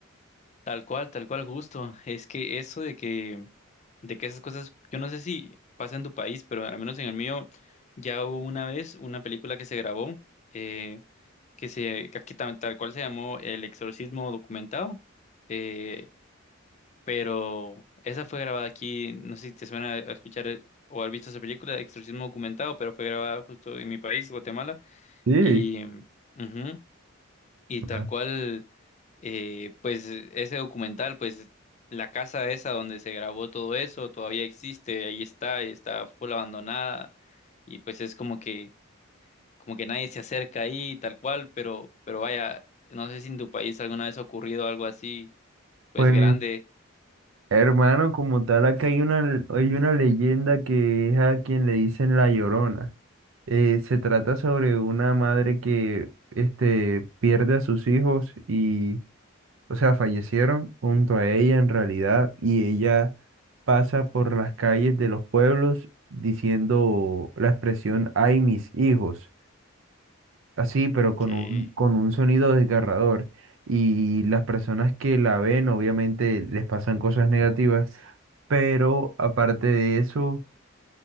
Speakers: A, on the left (about 35°); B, on the right (about 70°).
A: Tal cual, tal cual, justo. Es que eso de que, de que esas cosas, yo no sé si pasa en tu país, pero al menos en el mío ya hubo una vez una película que se grabó, eh, que se, que aquí ta- tal, cual se llamó El Exorcismo Documentado, eh, pero esa fue grabada aquí, no sé si te suena a escuchar eh, o haber visto esa película, Exorcismo Documentado, pero fue grabada justo en mi país, Guatemala,
B: Sí,
A: y... ujú, Y
B: ah,
A: tal cual, eh, pues ese documental, pues la casa esa donde se grabó todo eso todavía existe, ahí está, y está full abandonada y pues es como que, como que nadie se acerca ahí, tal cual, pero, pero vaya, no sé si en tu país alguna vez ha ocurrido algo así, pues
B: pues
A: grande,
B: hermano, como tal, acá hay una, hay una leyenda que es a quien le dicen La Llorona. Eh, se trata sobre una madre que este, pierde a sus hijos y, o sea, fallecieron junto a ella en realidad y ella pasa por las calles de los pueblos diciendo la expresión, ay, mis hijos. así, pero con
A: que
B: un, con un sonido desgarrador. Y las personas que la ven, obviamente, les pasan cosas negativas, pero aparte de eso,